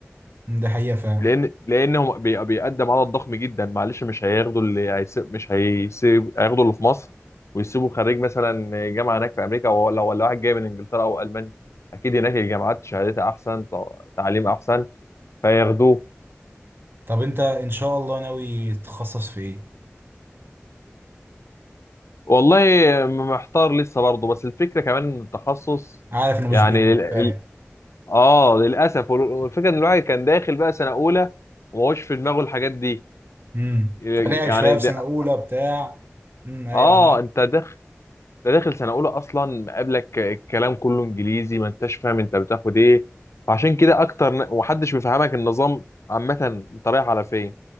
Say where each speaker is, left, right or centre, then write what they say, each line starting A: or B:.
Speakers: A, on the right; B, on the left.
A: مم، ده حقيقة فعلا
B: لان لان هو بي- بيقدم عدد ضخم جدا معلش مش هياخدوا اللي هيسيب مش هيسيب هياخدوا اللي في مصر ويسيبوا خريج مثلا جامعه هناك في امريكا ولا ولا واحد جاي من انجلترا او المانيا اكيد هناك الجامعات شهادتها احسن ط- تعليم احسن فياخدوه
A: طب أنت إن شاء الله ناوي تتخصص في إيه؟
B: والله محتار لسه برضه بس الفكره كمان إن التخصص
A: عارف إنه مش
B: يعني
A: بإيدك
B: ال... ال...
A: فاهم
B: اه للاسف وال- والفكره ان الواحد كان داخل بقى سنه اولى وما هوش في دماغه الحاجات دي
A: امم
B: يعني
A: فلعب شويه في
B: ده...
A: سنه اولى بتاع امم ايوه
B: اه
A: انا عارف
B: انت داخل ده داخل سنه اولى اصلا مقابلك الكلام كله انجليزي ما انتش فاهم انت بتاخد ايه فعشان كده اكتر ن- ومحدش بيفهمك النظام عامه انت رايح على فين